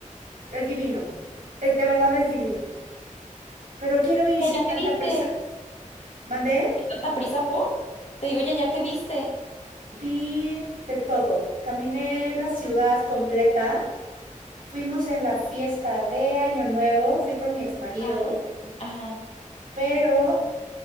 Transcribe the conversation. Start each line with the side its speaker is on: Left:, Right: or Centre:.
Right: Es divino, eh, de verdad es divino. Pero quiero ir
Left: ¿Y allá
Right: sin
Left: que
Right: tanta
Left: viste?
Right: prisa.
Left: ¿Hay
Right: Mandé,
Left: tanta prisa por? Te digo, ¿y allá que viste?
Right: vi de todo, caminé la ciudad completa, fuimos en la fiesta de Año Nuevo, fui con mi exmarido,
Left: Ah, ajá.
Right: pero